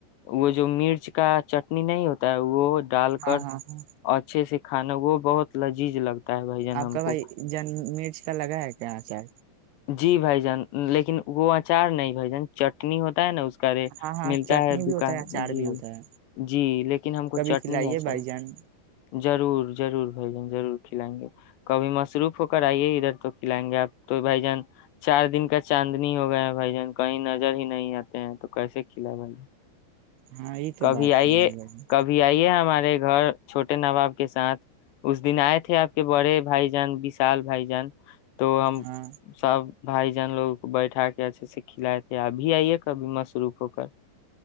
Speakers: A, on the left; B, on the right.
A: وہ جو مرچ کا چٹنی نہیں ہوتا ہے وہ ڈال کر
B: ہاں ہاں ہاں
A: اچھے سے کھانا وہ بہت لجیز لگتا ہے بھائی جان
B: آپ
A: ہم
B: کا
A: کو
B: بھائی جن م اس کا لگا ہے کہ یہاں کیا
A: جی بھائی جان لیکن وہ اچار نہیں بھائی جان چٹنی ہوتا ہے نا اس ے
B: ہاں ہاں
A: ملتا
B: چٹنی
A: ہے دکان
B: بھی ہوتا اچار
A: جی
B: بھی ہوتا ہے
A: جی لیکن ہم کو
B: کبھی
A: چٹنی
B: کھلائیے
A: ہے چل
B: بھائی جان
A: جی ضرور ضرور بھائی جن ضرور کھلائیں گے کبھی مصروف ہو کر آئیے ادھر تو کھلائیں گے آپ تو بھائی ج چار دن کا چاندنی ہو گیا ہے بھائی جان کہیں نظر ہی نہیں آتے ہیں تو کیسے کھلا بھائی ج
B: ہاں یہ تو
A: کبھی
B: بات
A: آئیے
B: ہے بھائی جان۔
A: کبھی آئیے ہمارے ارے گھر چھوٹے ناں باب کے ساتھ اس دن آئے تھے آپ کے بڑے بھائی جان وشال بھائی جان تو ہم
B: ہاں
A: سب بھائی جان لوگ بیٹھا کے ایسے سکھلائے تھے ابھی ائی ہے کبھی مصروف ہو کر